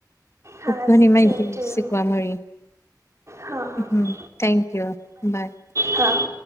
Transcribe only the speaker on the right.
હા
સેમ ટુ યુ
હા હા
હા